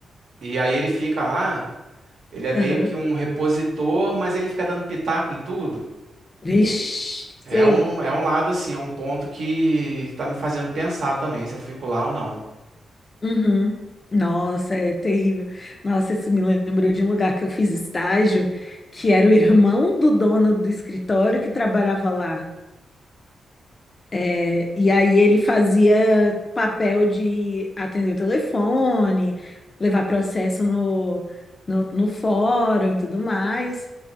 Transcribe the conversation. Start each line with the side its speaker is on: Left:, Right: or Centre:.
Right: E aí ele fica lá, ele é meio
Left: aham,
Right: que um repositor, mas ele fica dando pitaco em tudo.
Left: vixe,
Right: É
Left: sei.
Right: um, é um lado assim, é um ponto que, que tá me fazendo pensar também se eu fico lá ou não.
Left: Uhum. Nossa, é terrível. Nossa, isso me lembrou de um lugar que eu fiz estágio, que era o irmão do dono do escritório que trabalhava lá. É, e aí ele fazia papel de atender o telefone, levar processo no, no, no fórum e tudo mais.